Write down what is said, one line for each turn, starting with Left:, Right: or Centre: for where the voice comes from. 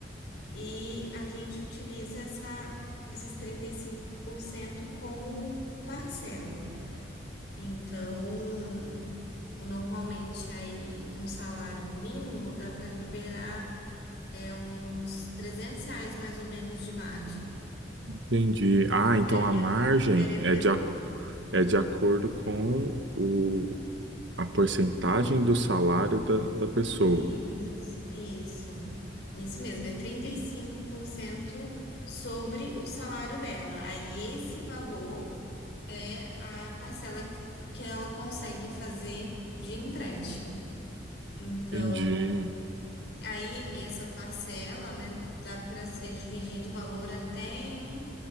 Left: E a gente utiliza essa, esses 35% como parcela. Então, normalmente aí um salário mínimo dá para liberar é, uns 300 reais mais ou menos de margem.
Right: Entendi. Ah, então
Left: Aí
Right: a margem
Left: ela pegaria
Right: é de, ac- é de acordo com o, a porcentagem do salário da, da pessoa.
Left: Isso, isso. Isso mesmo, é 35% sobre o salário dela. Aí esse valor é a parcela que que ela consegue fazer de empréstimo. Então,
Right: Entendi,
Left: aí essa parcela, né, dá para ser dividido o valor até em